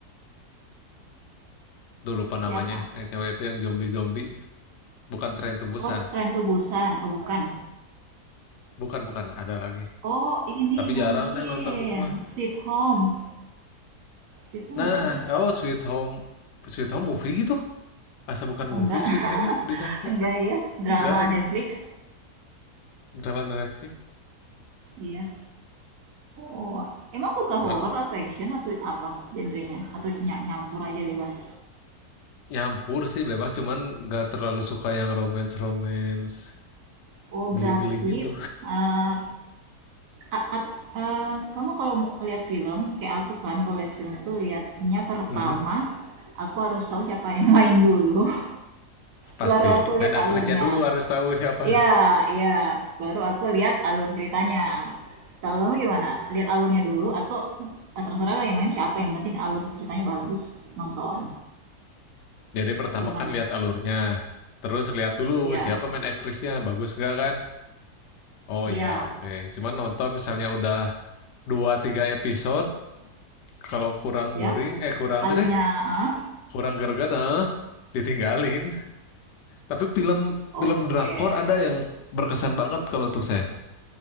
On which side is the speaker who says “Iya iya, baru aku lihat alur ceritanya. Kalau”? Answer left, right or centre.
Right